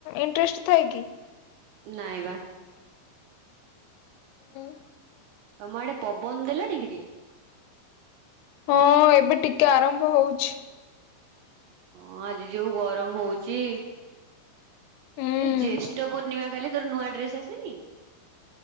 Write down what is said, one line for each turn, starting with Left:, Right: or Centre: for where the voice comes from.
Left: ଇଣ୍ଟରେଷ୍ଟ। ଥାଏ କି?
Right: ନାଇଁ ବା
Left: ଉଁ
Right: ତମ ଆଡେ ପବନ ଦେଲାଣି ଟିକେ।
Left: ହଁ ଏବେ ଟିକେ ଆରମ୍ଭ ହଉଛି।
Right: ହଁ ଆଜି ଯୋଉ ଗରମ ହଉଚି।
Left: ହୁଁ
Right: ଏଇ ଜ୍ୟେଷ୍ଠ ପୂର୍ଣ୍ଣିମା କାଲି ତୋର ନୂଆ ଡ୍ରେସ ଆସେନି?